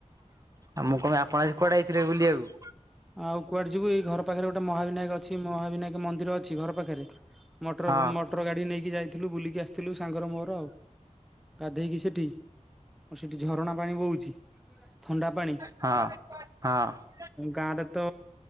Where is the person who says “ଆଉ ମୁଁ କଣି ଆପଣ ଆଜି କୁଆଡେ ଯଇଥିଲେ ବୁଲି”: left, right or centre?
Right